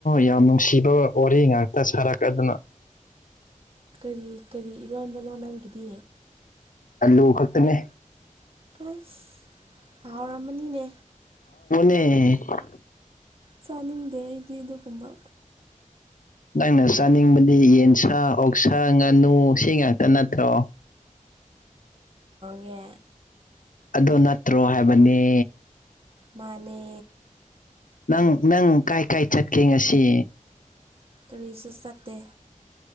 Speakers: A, on the left; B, on the right.
A: ꯌꯥꯝ ꯅꯨꯡꯁꯤꯕ ꯋꯥꯔꯤ ꯉꯥꯛꯇ ꯁꯥꯔꯛꯀꯗꯅ <inaudible>
B: ꯀꯔꯤ ꯀꯔꯤ ꯏꯔꯣꯟꯕꯅꯣ ꯅꯪꯒꯤꯗꯤ
A: ꯑꯜꯂꯨ ꯈꯛꯇꯅꯦ
B: ꯑꯁ ꯍꯥꯎꯔꯝꯃꯅꯤꯅꯦ
A: ꯎꯝ
B: ꯆꯥꯅꯤꯡꯗꯦ ꯑꯩꯗꯤ ꯑꯗꯨꯒꯨꯝꯕ
A: ꯅꯪꯅ ꯆꯥꯅꯤꯡꯕꯗꯤ ꯌꯦꯟꯁꯥ ꯑꯣꯛꯁꯥ ꯉꯥꯅꯨ ꯁꯤ ꯉꯥꯛꯇ ꯅꯠꯇ꯭ꯔꯣ
B: ꯒꯤ
A: ꯑꯣ ꯅꯠꯇ꯭ꯔꯣ ꯍꯥꯏꯕꯅꯦ
B: ꯃꯥꯅꯦ
A: ꯅꯪ ꯅꯪ ꯀꯥꯏ ꯀꯥꯏ ꯆꯠꯀꯦ ꯉꯁꯤ
B: ꯀꯔꯤꯁꯨ ꯆꯠꯇꯦ